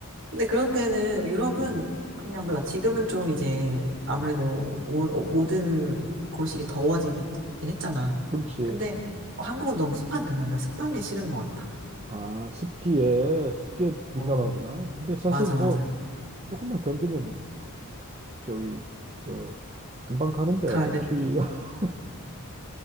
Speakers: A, on the right; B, on the right.
A: 근데 그런 데는 유럽은
B: 어.
A: 그냥 몰라. 지금은 좀 이제 아무래도
B: 음,
A: 모, 어,
B: 음.
A: 모든 곳이 더워지긴 했잖아.
B: 그렇지.
A: 근데
B: 음.
A: 한국은 너무 습하니까 그러니까 습한 게 싫은 것 같아.
B: 아, 습기에, 습기에 민감하구나.
A: 어
B: 근데 사실
A: 맞아
B: 뭐,
A: 맞아.
B: 조금만 견디면, 저기, 저, 금방 가는데,
A: 가을 되
B: 추위가. <laughs>